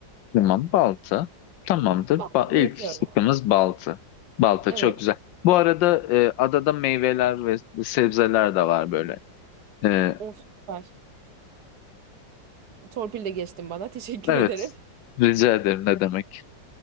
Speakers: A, on the left; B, on the right.
A: Tamam balta. Tamamdır.
B: Baltayı
A: Ba ilk
B: yazıyorum.
A: sıkımız balta. Balta
B: Evet.
A: çok güzel. Bu arada e, adada meyveler ve sebzeler de var böyle. E,
B: Of süper. Torpil de geçtin bana. <laughs> Teşekkür
A: evet.
B: ederim.
A: Rica ederim ne demek.